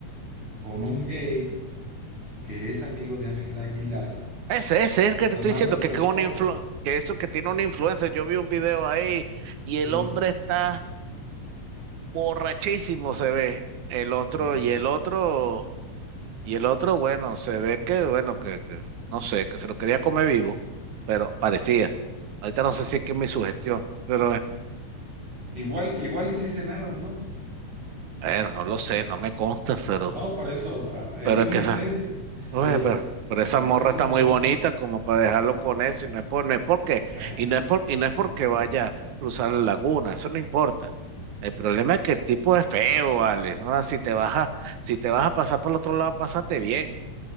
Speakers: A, on the right (about 45°); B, on the right (about 80°).
A: con un gay que es amigo de Ángela Aguilar
B: Ese, ese es el que te
A: tomándose
B: estoy diciendo que, que,
A: sus
B: un
A: fotos,
B: influ- que eso que tiene una influencia. Yo vi un video ahí y
A: sí.
B: el hombre está borrachísimo se ve el
A: Ujú.
B: otro y el otro y el otro, bueno, se ve que, bueno, que, que, no sé, que se lo quería comer vivo, pero parecía. Ahorita no sé si es que es mi sugestión, pero eh,
A: Igual, igual y sí cenaron, ¿no?
B: bueno, no lo sé, no me consta, pero,
A: No, por eso, ah, es
B: pero
A: una
B: es que
A: inferencia.
B: esa, oye,
A: Oye,
B: pero, pero esa
A: es
B: morra
A: una
B: está
A: inferencia.
B: muy bonita como para dejarlo con eso y no es por, no es porque,
A: Bueno.
B: y no es por, y no es porque vaya a cruzar la laguna, eso no importa. El problema es que el tipo es feo, vale, ¿no? Si te vas a, si te vas a pasar por el otro lado, pásate bien.